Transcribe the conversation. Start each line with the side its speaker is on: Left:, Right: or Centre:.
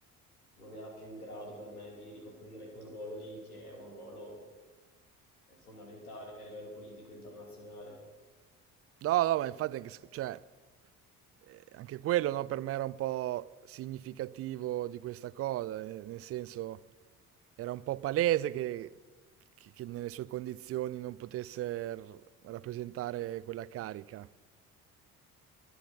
Left: non era più in grado per me di ricoprire quel ruolo lì, che è un ruolo fondamentale a livello politico internazionale.
Right: No, no, ma infatti anche, se- cioè, Ehm, anche quello, no, per me era un po' significativo di questa cosa, ehm, nel senso era un po' palese che che che nelle sue condizioni non potesse r rappresentare quella carica.